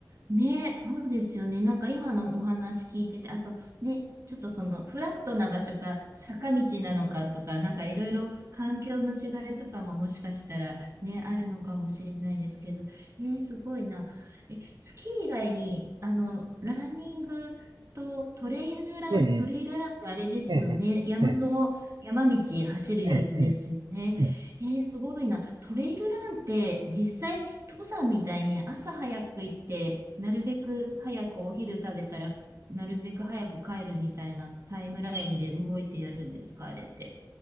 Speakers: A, on the right; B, on the right.
A: ね、そうですよね。なんか今のお話聞いてて、あとね、ちょっとそのフラットな場所か坂道なのかとか、なんかいろいろ環境の違いとかももしかしたらね、あるのかもしれないですけど、えー、すごいな。え、スキー以外に、あの、ランニングとトレイルラン、
B: ええ、
A: トレイルランってあれですよね。
B: ええ、
A: 山の、
B: ええ、
A: 山道走るやつですよね。
B: ええ、ええ、ええ。
A: えー、すごいな。トレイルランって実際登山みたいに朝早く行って、なるべく早くお昼食べたら、なるべく早く帰るみたいなタイムラインで動いてやるんですか、あれって。